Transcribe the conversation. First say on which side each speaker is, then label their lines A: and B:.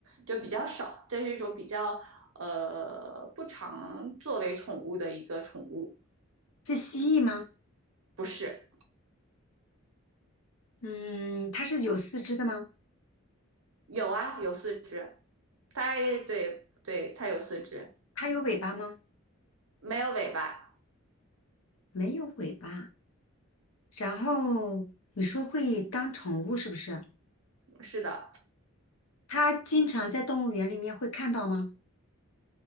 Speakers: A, on the right; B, on the left.
A: 就比较少，这是一种比较呃不常作为宠物的一个宠物。
B: 是蜥蜴吗？
A: 不是，
B: 嗯，它是有四肢的吗？
A: 有啊，有四只。它对对，它有四只，
B: 它有尾巴吗？
A: 没有尾巴。
B: 没有尾巴。然后你说会当宠物是不是？
A: 是的，
B: 它经常在动物园里面会看到吗？